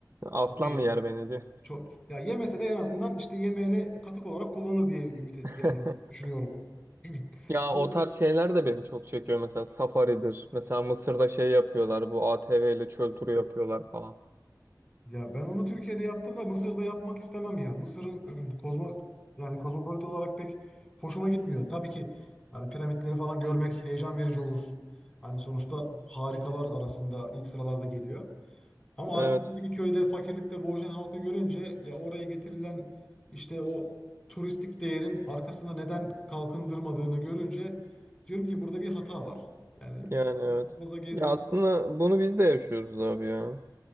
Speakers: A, on the right (about 30°); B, on the left (about 15°).
A: Aslan
B: Değil mi?
A: mı yer beni diyor.
B: Çok, ya yemese de en azından işte yemeğine katık olarak kullanır diye ümit et,
A: <laughs>
B: yani düşünüyorum. <clears throat>
A: Ya
B: Ama
A: o tarz şeyler de beni çok çekiyor. Mesela safaridir. Mesela Mısır'da şey yapıyorlar. Bu ATV ile çöl turu yapıyorlar falan.
B: Ya ben onu Türkiye'de yaptım da Mısır'da yapmak istemem ya. Mısır'ın <clears throat> kozmo yani kozmopolit olarak pek hoşuma gitmiyor. Tabii ki yani piramitleri falan görmek heyecan verici olur. Hani sonuçta harikalar arasında ilk sıralarda geliyor. Ama
A: Evet.
B: arkasındaki köyde fakirlikte boğuşan halkı görünce ya oraya getirilen işte o turistik değerin arkasına neden kalkındırmadığını görünce diyorum ki burada bir hata var. Yani
A: Yani evet.
B: çok fazla gezmek
A: Ya aslında bunu biz de yaşıyoruz abi ya.